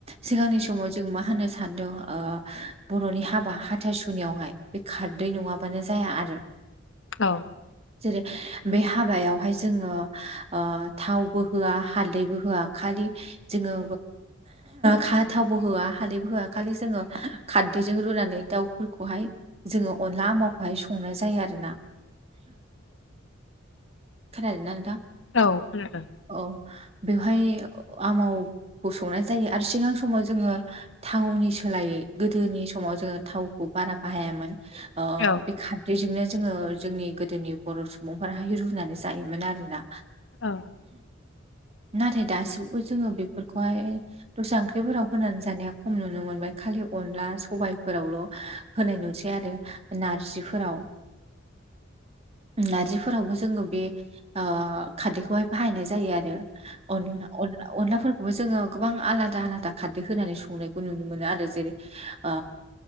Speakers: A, on the right; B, on the left.
A: सिगांनि समाव जों मा होनो सानदों बर'नि हाबा हाथासुनियावहाय बे खारदै नङा बानो जाया आरो
B: औ
A: जेरै बे हाबायावहाय जोङो थावबो होआ हालदैबो होआ खालि जोङो खा थावबो होआ हालदैबो होआ खालि जोङो खारदैजों रुनानै दाउफोरखौहाय जोङो अनला आमावखौहाय संनाय जायो आरोना खोनादों ना नोंथां
B: औ खोनादों
A: औ बेवहाय आमावखौ संनाय जायो आरो सिगां समाव जोङो थावनि सोलायै गोदोनि समाव जोङो थावखौ बारा बाहायामोन
B: औ
A: बे खारादैजोंनो जोङो जोंनि गोदोनि बर' सुबुंफोराहाय रुनानै जायोमोन आरोना
B: औ
A: नाथाय दासिमबो जोङो बे फोरखौहाय दस्रा ओंख्रिफोराव होनानै जानाय खम नुनो मोनबाय खालि अनला सबायफोरावल' होनाय नुसै आरो नारजिफोराव नारजिफोरावबो जोङो बे ओ खारदैखौहाय बाहायनाय जायो आरो अनलाफोर खौबो जोङो गोबां आलादा आलादा खारदै होनानै संनायखौ नुनो मोनो आरो जेरै ओ